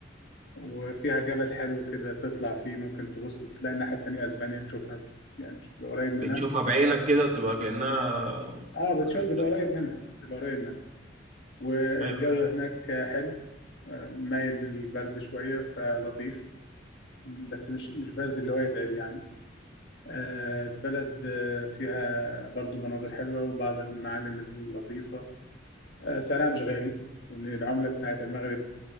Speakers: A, on the left; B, on the right.
A: وفيها جبل حلو كده تطلع فيه ممكن تبص تلاقي الناحية التانية أسبانيا تشوفها يعني تبقى قريب منها
B: بتشوفها بعينك كده بتبقى كأنها
A: اه بتشوف
B: يعني
A: تبقى قريب منها تبقى قريب منها والجو
B: حلو
A: هناك حلو آه، مايل للبرد شوية فلطيف بس مش مش برد اللي هو يتعب يعني آه، البلد آه، فيها برضو مناظر حلوة وبعض المعالم اللطيفة آه، سعرها مش غالي لأن العملة بتاعت المغرب